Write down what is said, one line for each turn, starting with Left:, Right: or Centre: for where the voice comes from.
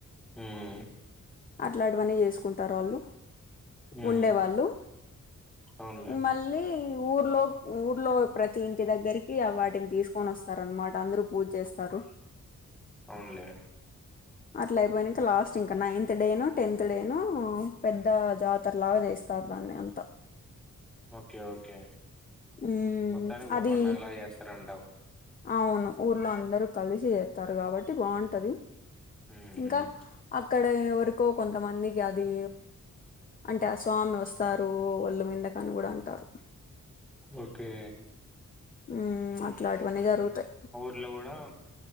Centre: ఊమ్
Left: అట్లాంటివన్నీ చేస్ కుంటారు వాళ్ళు
Centre: ఉమ్.
Left: ఉండే వాళ్ళు
Centre: అవునులే
Left: మళ్ళీ ఊర్లో ఊర్లో ప్రతి ఇంటి దగ్గరికి వాటిని తీస్కోని వస్తారన్మాట అందరూ పూజ చేస్తారు
Centre: అవున్లే
Left: అట్లైపోయినంక లాస్ట్ ఇంక నైన్త్ డేనొ టెనో పెద్ద జాతర లాగా జేస్తారు దాన్ని అం
Centre: ఓకే ఓకే
Left: ఉమ్
Centre: మొత్తానికి బాగా
Left: అది
Centre: పండగలాగా చేస్తరంటవ్
Left: అవును ఊర్లో అందరూ కలిసి చెత్తారు కాబట్టి బాగుంటది
Centre: ఉమ్,
Left: ఇంకా
Centre: ఉమ్.
Left: అక్కడ ఎవర్కో కొంతమందికి అది అంటే ఆ స్వామోస్తారు ఒళ్ళు మిందకని కూడ అంటారు
Centre: ఓకే
Left: ఉమ్ అట్లాంటివన్నీ జరుగుతాయి
Centre: ఇళ్ల కూడా